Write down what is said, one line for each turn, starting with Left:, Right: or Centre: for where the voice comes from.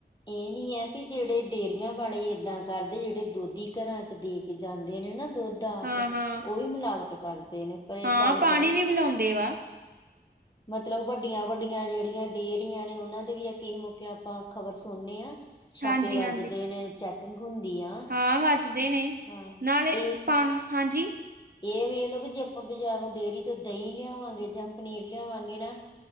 Left: ਇਹ ਨੀ ਹੈ ਵੀ ਜਿਹੜੇ ਡੇਅਰੀਆਂ ਵਾਲੇ ਏਦਾਂ ਕਰਦੇ ਜਿਹੜੇ ਦੁੱਧੀ ਘਰਾਂ 'ਚ ਦੇ ਕੇ ਜਾਂਦੇ ਨੇ ਨਾ ਦੁੱਧ ਆਪ
Right: ਹਾਂ
Left: ਉਹੀ
Right: ਹਾਂ
Left: ਮਿਲਾਵਟ ਕਰਦੇ ਨੇ ਪਰ ਇਹ
Right: ਹਾਂ
Left: ਗੱਲ
Right: ਪਾਣੀ
Left: ਗਲਤ
Right: ਵੀ ਪਿਲਾਉਂਦੇ
Left: ਆ।
Right: ਵਾ
Left: ਮਤਲਬ ਵੱਡੀਆਂ- ਵੱਡੀਆਂ ਜਿਹੜੀਆਂ ਡੇਅਰੀਆਂ ਨੇ ਉਹਨਾਂ ਦੇ ਵੀ ਅ ਮੌਕੇ ਆਪਾਂ ਖ਼ਬਰ ਸੁਣੇ ਹਾਂ ਛਾਪੇ
Right: ਹਾਂਜੀ
Left: ਵੱਜਦੇ
Right: ਹਾਂਜੀ
Left: ਨੇ। ਚੈਕਿੰਗ ਹੁੰਦੀ ਆ
Right: ਹਾਂ ਵੱਜਦੇ ਨੇ
Left: ਹਾਂ
Right: ਨਾਲੇ
Left: ਇਹ
Right: ਪਾ ਹਾਂਜੀ
Left: ਇਹ ਵੇਖ ਲਓ ਵੀ ਜੇ ਆਪਾਂ ਬਾਜ਼ਾਰੋਂ ਡੇਅਰੀ ਤੋਂ ਦਹੀਂ ਲਿਆਵਾਂਗੇ ਜਾਂ ਪਨੀਰ ਲਿਆਵਾਂਗੇ ਨਾ।